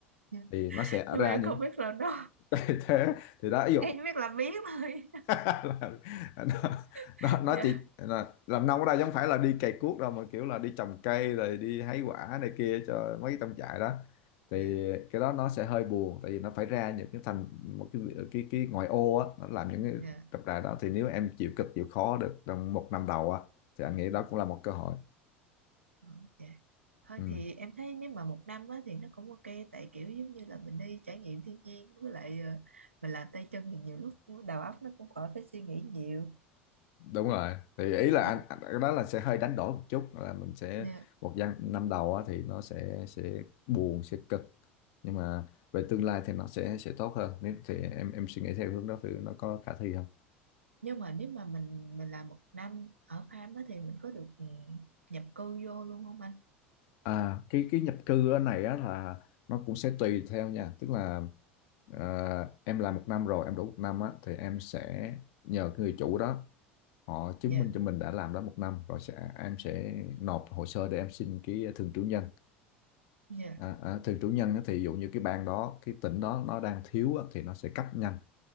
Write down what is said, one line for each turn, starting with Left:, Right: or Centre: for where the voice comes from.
Right: dạ.
Left: thì nó sẽ
Right: nhưng
Left: ra
Right: mà em
Left: những
Right: không biết làm đâu
Left: <laughs> thế thì
Right: <laughs>
Left: đó ví dụ
Right: em chỉ biết làm biếng thôi
Left: <laughs> Là, nó,
Right: <laughs>
Left: nó, nó
Right: dạ
Left: chỉ là, làm nông ở đây chứ không phải là đi cày cuốc đâu mà kiểu là đi trồng cây rồi đi hái quả này kia cho mấy trong trại đó thì
Right: dạ
Left: cái đó nó sẽ hơi buồn tại vì nó phải ra những cái thành một cái cái cái ngoại ô á nó làm những cái
Right: dạ
Left: trồng trại đó thì nếu em chịu cực chịu khó được trong một năm đầu á thì anh nghĩ
Right: ừ.
Left: đó cũng là một cơ hội
Right: ờ, dạ thôi
Left: ừ.
Right: thì em thấy nếu mà một năm á, thì nó cũng ok tại kiểu giống như là mình đi trải nghiệm thiên nhiên với lại ờ, mình làm tay chân thì nhiều lúc đầu óc nó cũng khỏi phải suy nghĩ nhiều
Left: đúng rồi thì ý là
Right: dạ
Left: anh, anh cái đó là sẽ hơi đánh đổi một chút là mình sẽ
Right: Dạ.
Left: một gian- năm đầu á, thì nó sẽ sẽ buồn sẽ cực nhưng mà về tương lai thì nó sẽ sẽ tốt hơn nếu thì em em suy nghĩ theo hướng đó thì nó có khả thi không
Right: nhưng mà nếu mà mình mình làm một năm ở farm á thì mình có được ừ, nhập cư vô luôn không anh
Left: à cái cái nhập cư ở này á là nó cũng sẽ tùy theo nha tức là ờ, em làm một năm rồi em đủ một năm á thì em sẽ nhờ cái người chủ đó họ chứng
Right: dạ
Left: minh cho mình đã làm đó một năm rồi sẽ em sẽ nộp hồ sơ để em xin cái thường trú nhân
Right: dạ
Left: À, à, thường chủ nhân á, thì ví dụ như cái bang đó cái tỉnh đó nó đang thiếu á, thì nó sẽ cấp nhanh